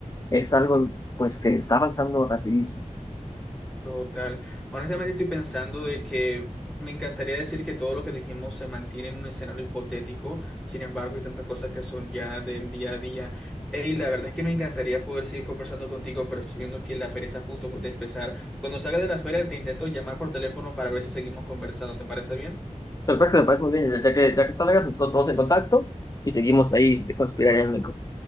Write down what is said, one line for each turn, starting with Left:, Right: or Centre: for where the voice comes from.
Left: es algo pues que está avanzando rapidísimo.
Centre: Total. Honestamente estoy pensando de que me encantaría decir que todo lo que dijimos se mantiene en un escenario hipotético, sin embargo hay tantas cosas que son ya del día a día. Y la verdad es que me encantaría poder seguir conversando contigo, pero estoy viendo que la feria está a punto de empezar. Cuando salga de la feria te intento llamar por teléfono para ver si seguimos conversando. ¿Te parece bien?
Left: Perfecto, me parece muy bien. Ya que, ya que salgas, nos vamos en contacto y seguimos ahí conspirando.